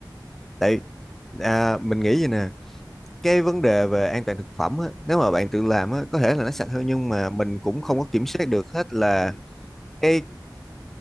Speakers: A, in the centre; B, on the left.
A: tại à, mình nghĩ vậy nè cái vấn đề về an toàn thực phẩm á, nếu mà bạn
B: ừ
A: tự làm á, có thể là nó
B: ừ
A: sạch hơn nhưng mà mình cũng
B: ừ
A: không có kiểm soát được hết là
B: ừ
A: cái
B: ừ